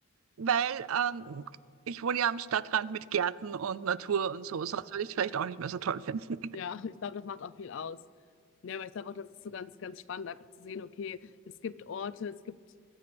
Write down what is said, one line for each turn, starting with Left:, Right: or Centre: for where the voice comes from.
Right: weil ähm, ich wohne ja am Stadtrand mit Gärten und Natur und so, sonst würde ich es vielleicht auch nicht mehr so toll finden.
Left: Ja, <laughs> ich glaube, das macht auch viel aus. Ja, aber ich glaube auch, das ist so ganz, ganz spannend, einfach zu sehen, okay, es gibt Orte, es gibt,